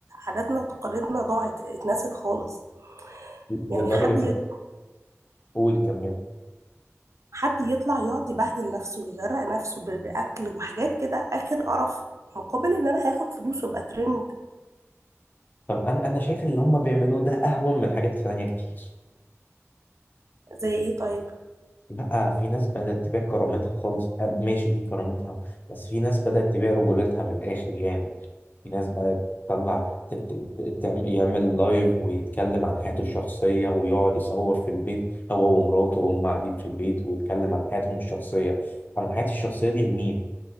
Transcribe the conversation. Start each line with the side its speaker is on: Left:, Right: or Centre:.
Right: عاداتنا وتقاليدنا ضاعت اتنست خالص
Left: لدرجة
Right: يعني حد يطلع
Left: قول كمل
Right: حد يطلع يقعد يبهدل نفسه ويغرق نفسه ب- باكل وحاجات كده اخر قرف مقابل ان انا هاخد فلوس وابقى ترند
Left: طب انا انا شايف اللي هم بيعملوه ده اهون من حاجات تانية كتير
Right: زي ايه طيب
Left: لا في ناس بدأت تبيع كرامتها خالص آه، ماشي دي كرامتها بس في ناس بدأت تبيع رجولتها من الآخر يعني في ناس بدأت تطلع ت- ت- ت- تعم- يعمل لايف ويتكلم عن حياته الشخصية ويقعد يصور في البيت هو ومراته وهم قاعدين في البيت ويتكلم عن حياتهم الشخصية عن حياتي الشخصية دي لمين؟